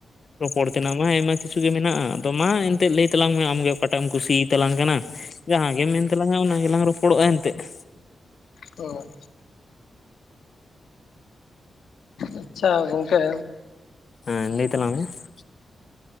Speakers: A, on the left; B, on the left.
A: ᱨᱚᱯᱚᱲ ᱛᱮᱱᱟᱜ ᱢᱟ ᱟᱭᱢᱟ ᱠᱤᱪᱷᱩ ᱜᱮ ᱢᱮᱱᱟᱜᱼᱟ, ᱟᱫᱚ ᱢᱟ ᱮᱱᱛᱮᱫ ᱞᱟᱹᱭ ᱛᱟᱞᱟᱝ ᱢᱮ ᱟᱢᱜᱮ ᱚᱠᱟᱴᱟᱜ ᱮᱢ ᱠᱩᱥᱭᱟᱛᱟᱞᱟᱝ ᱠᱟᱱᱟ? ᱡᱟᱦᱟᱸ ᱜᱮᱢ ᱢᱮᱱ ᱛᱟᱞᱟᱝᱟ ᱚᱱᱟ ᱜᱮᱞᱟᱝ ᱨᱚᱯᱚᱲᱚᱜᱼᱟ ᱮᱱᱛᱮᱜ ᱾
B: ᱚᱻ ᱟᱪᱪᱷᱟ, ᱜᱚᱝᱠᱮ!
A: ᱦᱮᱸ, ᱞᱮᱭ ᱛᱟᱞᱟᱝ ᱢᱮ ᱾